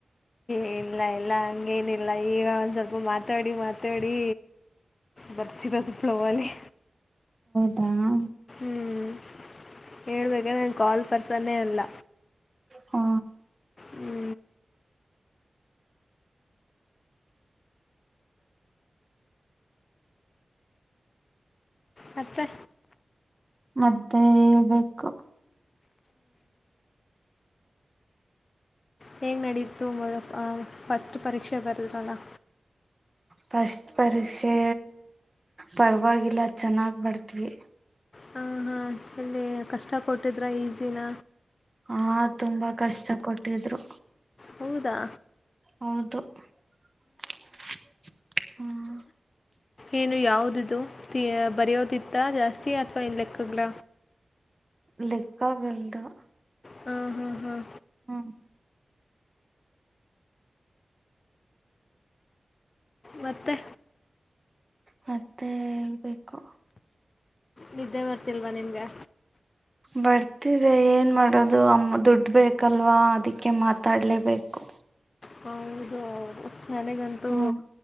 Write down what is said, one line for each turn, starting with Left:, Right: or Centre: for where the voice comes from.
Left: ಇಲ್ಲ ಇಲ್ಲ ಹಂಗೇನಿಲ್ಲ ಈಗ ಒಂದ್ ಸ್ವಲ್ಪ ಮಾತಾಡಿ ಮಾತಾಡಿ ಬರ್ತಿರೋದು ಫ್ಲೋ ಅಲ್ಲಿ
Right: <unintelligible>
Left: ಹ್ಮಞ ಹೇಳ್ಬೇಕ್ರ ನಾನ್ ಕಾಲ್ ಪರ್ಸನ್ನೇ ಅಲ್ಲ
Right: ಹಾ
Left: ಹ್ಞೂ ಮತ್ತೆ.
Right: ಮದೆೇಳ್ಬೇಕು
Left: ಹೆೇಂಗ್ ನಡೀ ತುಂಬ ಫಸ್ಟ್ ಪರೀಕ್ಷೆ ಬಾರ್ದ್ರಾಲಾ
Right: ಫಸ್ಟ್ ಪರೀಕ್ಷೆ ಪರವಾಗಿಲ್ಲ ಚೆನ್ನಾಗ್ ಬರದ್ವಿ.
Left: ಹಾಂ ಹಾಂ ಇಲ್ಲಿ ಕಷ್ಟ ಕೊಟ್ಟಿದ್ರೆ ಈಸಿ ಇಿನ
Right: ಹಾ ತುಂಬಾ ಕಷ್ಟ ಕೊಟ್ಟಿದ್ರು
Left: ಹೌದಾ
Right: ಹೌದು <unintelligible> ಹ್ಮ್
Left: ಏನು ಯಾವ್ದ ಇದು ಬರೆಯೋದಿತ್ತ ಜಾಸ್ತಿ ಅಥವಾ ಏನ್ ಲೆಕ್ಕಗ್್ಲ
Right: ಲೆಕ್ಕಾ <unintelligible>
Left: ಹ್ಮ ಹಾ್ ಹಾ್
Right: ಹ್ಮ <unintelligible>
Left: ಮತ್ತೆ
Right: ಮತ್ತೆ ಹೇಳ್ಬೇಕು.
Left: ನಿದ್ದೆ ಬರ್ತಿಲ್ವಾ ನಿಮಗೆ.
Right: ಬರ್ತಿದೆ ಏನು ಮಾಡೋದು ಅಮ್ಮ ದುಡ್ಡು ಬೇಕಲ್ವಾ ಅದಕ್ಕೆ ಮಾತಾಡಲೇಬೇಕು.
Left: ಹೌದ ನನಗಂತೂ
Right: ಹ್ಮ್